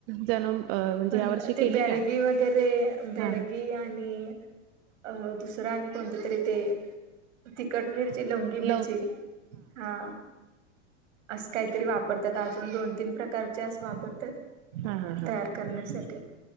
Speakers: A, on the right; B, on the right.
A: जणम म्हणजे
B: पण
A: या वर्षी
B: ते
A: केली
B: ब्याडगी
A: काय?
B: वगैरे ब्याडगी
A: हा
B: आण णी अ दुसरं आणि कोणतं तरी ते तिखट मिर लं तर मिरची
A: लव
B: हा. असं काहीतरी वापरतात. अजून दोन तीन प्रकारचे असं वापरतात.
A: हा हा हा.
B: तयार करण्यासाठी.